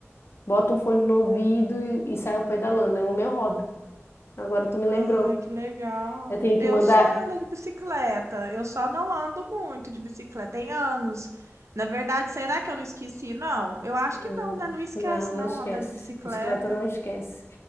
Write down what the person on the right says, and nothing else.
Ai,
que legal.
Eu
sei andar de bicicleta, eu só não ando muito de bicicleta, tem anos. Na verdade, será que eu não esqueci? Não, eu acho
que não, né? Não esquece,
não,
andar de bicicleta.